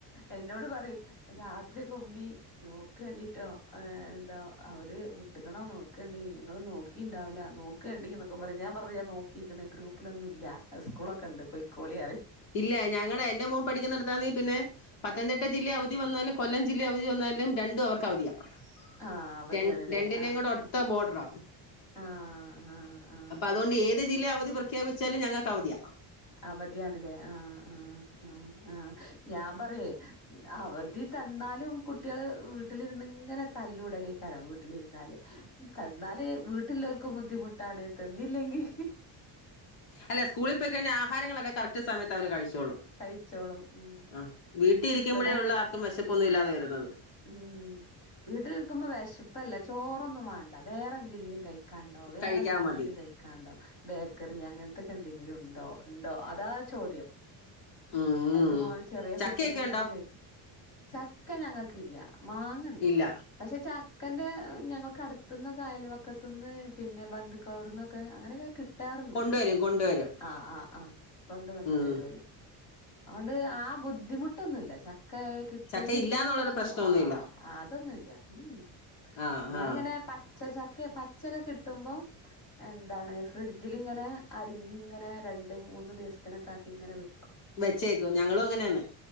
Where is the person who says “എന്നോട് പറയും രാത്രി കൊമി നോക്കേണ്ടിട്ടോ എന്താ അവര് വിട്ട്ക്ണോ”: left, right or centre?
Left